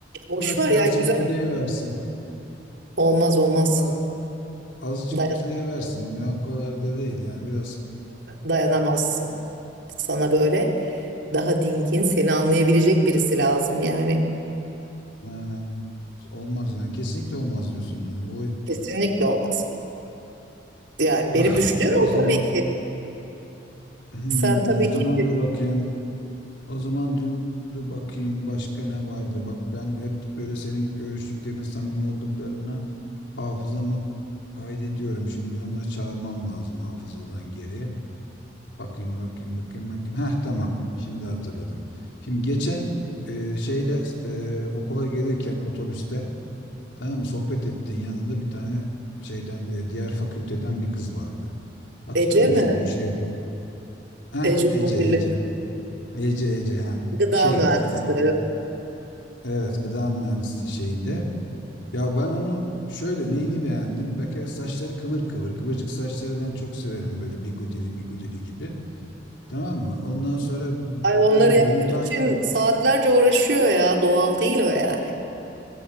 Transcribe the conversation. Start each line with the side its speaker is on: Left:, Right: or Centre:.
Right: Boş
Left: Bırak
Right: var
Left: birazcık
Right: ya güzel
Left: ütüleyiversin.
Right: olmaz olmaz.
Left: Az, azıcık
Right: Dayan-
Left: ütüleyiversin. Ya o kadar da değil. Yani biraz
Right: dayanamazsın. Sana böyle daha dingin seni anlayabilecek birisi lazım yani.
Left: e, olmaz yani. Kesinlikle olmaz diyorsun yani. Oy,
Right: Kesinlikle olmaz. Yani
Left: ah,
Right: benim düşüncem
Left: Allah
Right: o
Left: o zaman.
Right: tabii ki.
Left: Hmm,
Right: Sen tabii
Left: o zaman
Right: ki
Left: dur bakayım. O zaman dün dur bakayım başka ne vardı? Bak ben hep böyle senin görüştüklerinin samimi olduklarını hafızama kaydediyorum. Şimdi bir onları çağırmam lazım hafızadan geri. Bakayım bakayım bakayım bakayım. Heh tamam. Şimdi hatırladım. Şimdi geçen e, şeyle e, okula gelirken otobüste tamam mı sohbet ettiğin yanında bir tane şeyden e, diğer fakülteden bir kız vardı. Hatırlıyor
Right: Ece
Left: musun
Right: mi?
Left: bu şey? Heh
Right: Ece
Left: Ece
Right: olabilir.
Left: Ece. Ece Ece ha.
Right: Gıda
Left: Şey
Right: mühendisi.
Left: e, evet gıda mühendisliği şeyinde. Ya ben onu şöyle neyini beğendim? Bir kere saçları kıvır kıvır. Kıvırcık saçları ben çok severim böyle bigudili migudili gibi. Tamam mı? Ondan sonra
Right: Ay onları
Left: böyle
Right: yapmak
Left: buğday
Right: için saatlerce uğraşıyor ya. Doğal değil o yani.